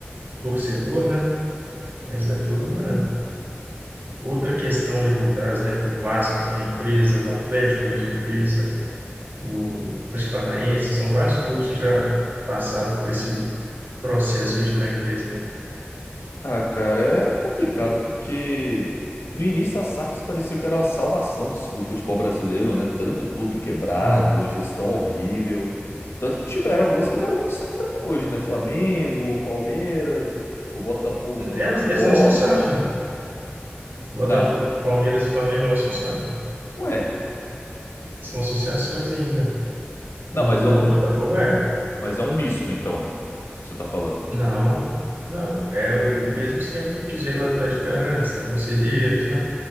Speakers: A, on the right; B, on the left.
A: torcedor, né? Mas é toda uma outra questão ali por trás, né? O Vasco também é empresa, o Atlético hoje é empresa, o Atlético Paranaense, são vários clubes que já passaram por esse processo aí de virar empresa, né?
B: Ah, cara, é complicado porque no início a SAFs parecia que era a salvação do, do futebol brasileiro, né? Tanto clube quebrado,
A: Ah,
B: gestão horrível. Tanto que tiveram algumas que deram muito certo até hoje, né? Flamengo, Palmeiras, o Botafogo quando
A: elas,
B: não pipoca.
A: eles não são SAF. Botafogo,
B: Não.
A: Palmeiras e Flamengo não são SAF.
B: Ué.
A: São associações ainda.
B: Não,
A: O, o
B: mas é um.
A: Botafogo
B: um
A: é.
B: Mas é um misto, então, no- que você tá falando.
A: Não, não. É o, o mesmo esquema que o Cruzeiro e o Atlético era antes. Tem conselheiros, né?